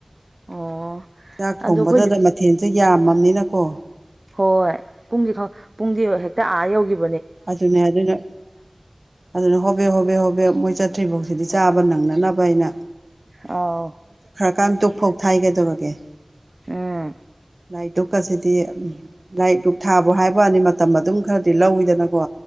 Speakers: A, on the right; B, on the right.
A: ꯑꯣ
B: ꯆꯥꯛ ꯊꯣꯡꯕꯗꯗ
A: ꯑꯗꯣ ꯑꯩꯈꯣꯏ
B: ꯃꯊꯦꯜꯁꯨꯦ ꯌꯥꯝꯃꯕꯅꯤꯅꯀꯣ
A: ꯍꯣꯏ ꯄꯨꯡꯗꯤ ꯄꯨꯡꯗꯤ ꯍꯦꯛꯇ ꯑꯥ ꯌꯧꯈꯤꯕ
B: ꯑꯗꯨꯅꯦ ꯑꯗꯨꯅꯦ ꯑꯗꯨꯅꯦ ꯍꯣꯕꯦ ꯍꯣꯕꯦ ꯍꯣꯕꯦ ꯃꯣꯏ ꯆꯠꯇ꯭ꯔꯤꯐꯥꯎꯁꯤꯗꯤ ꯆꯥꯕ ꯅꯪꯅꯅꯕꯅꯕꯥꯏꯅ
A: ꯑꯥꯎ
B: ꯀꯥꯡ ꯇꯛ ꯐꯥꯎ ꯊꯥꯏꯒꯗꯧꯔꯒꯦ
A: ꯎꯝ
B: ꯂꯥꯏ ꯇꯨꯛꯀꯁꯤꯗꯤ ꯂꯥꯏꯔꯤꯛ ꯂꯅꯨꯡꯊꯥꯕꯨ ꯍꯥꯏꯕꯛꯅꯤ ꯃꯇꯝ ꯑꯗꯨꯝ ꯈꯔꯗꯤ ꯂꯧꯤꯗꯅ ꯀꯣ